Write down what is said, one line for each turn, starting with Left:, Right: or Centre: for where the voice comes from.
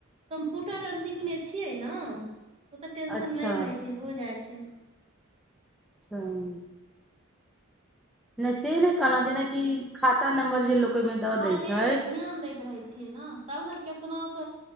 Right: कम्पुटर आर सिखने छियै न ओ त टेंशन
Centre: अच्छा
Right: नइ रहै छै हो जाइ छै
Centre: हँ नै से नै कहला जेना कि खाता नंबर जे लोक ओहिमे दऽ
Right: हर
Centre: दै
Right: चीजपे
Centre: छै
Right: धीयान दैत रहै छियै ने तब न केतनक